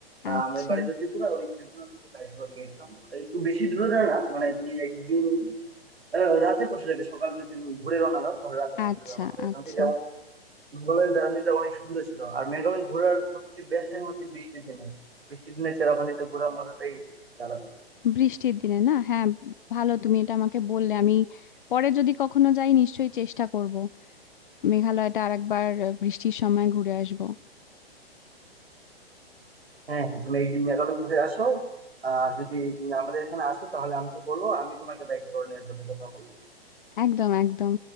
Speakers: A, on the right; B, on the left.
A: আহ,
B: আচ্ছা
A: আমার বাড়ি তো ত্রিপুরা ওই ত্রিপুরা থেকে বাইক করে গেছিলাম একটু বেশি দূরে না না, মানে তুমি একদিন আহ, রাতে পৌঁছে যাবে সকাল যদি তুমি ঘুরে রওনা দাও তাহলে রাতে পৌঁছে
B: আচ্ছা
A: যাবে আমাদের এখান
B: আচ্ছা
A: থেকে এবং মেঘালয়ের জার্নিটা অনেক সুন্দর ছিল আর মেঘালয় ঘোরার সবচেয়ে বেস্ট টাইম হচ্ছে বৃষ্টির দিনে বৃষ্টির দিনে চেরাপুঞ্জিতে ঘোরার মজাটাই আলাদা
B: বৃষ্টির দিনে না হ্যাঁ ভালো তুমি এটা আমাকে বললে আমি পরে যদি কখনো যাই নিশ্চয়ই চেষ্টা করব মেঘালয়টা আরেকবার আহ, বৃষ্টির সময় ঘুরে আসবো
A: হ্যাঁ হ্যাঁ তুমি একদিন মেঘালয় ঘুরে আসো আর যদি তুমি আমাদের এখানে আসো তাহলে আমাকে বলো আমি তোমাকে বাইকে করে নিয়ে যাবো দেখা করলে
B: একদম একদম